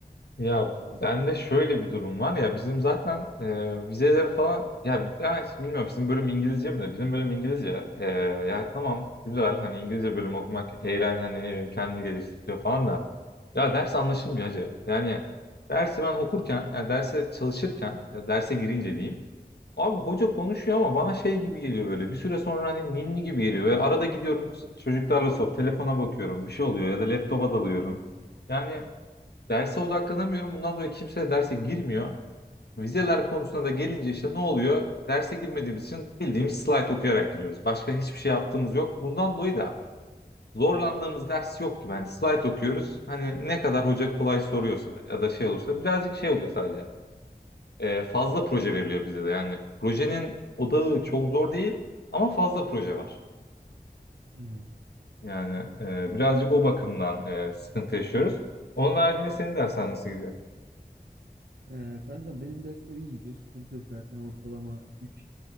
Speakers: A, on the left (about 85°); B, on the right (about 70°).
A: Ya
B: falan?
A: bende şöyle bir durum var ya bizim zaten e, vizeleri falan ya ben hiç bilmiyorum sizin bölüm İngilizce mi de bizim bölüm İngilizce E, ya tamam güzel hani İngilizce bölüm okumak eğlen hani ne bileyim kendini geliştiriyor falan da ya ders anlaşılmıyor hacı yani dersi ben okurken ya derse çalışırken ya derse girince diyeyim Abi hoca konuşuyor ama bana şey gibi geliyor böyle. Bir süre sonra hani ninni gibi geliyor. Ve arada gidiyorum çocuklarla sohbet, telefona bakıyorum. Bir şey oluyor ya da laptopa dalıyorum. Yani derse odaklanamıyorum. Bundan dolayı kimse de derse girmiyor. Vizeler konusuna da gelince işte ne oluyor? Derse girmediğimiz için bildiğimiz slide okuyarak giriyoruz. Başka hiçbir şey yaptığımız yok. Bundan dolayı da zorlandığımız ders yok gibi. Hani slide okuyoruz. Hani ne kadar hoca kolay soruyorsa ya da şey olursa birazcık şey oluyor sadece e, fazla proje veriliyor bize de. Yani projenin odağı çok zor değil ama fazla proje var.
B: Hmm.
A: Yani e, birazcık o bakımdan e, sıkıntı yaşıyoruz. Onun haricinde senin dersler nasıl gidiyor?
B: Ee, kanka benim dersler iyi gidiyor. Sıkıntı yok zaten ortalama üç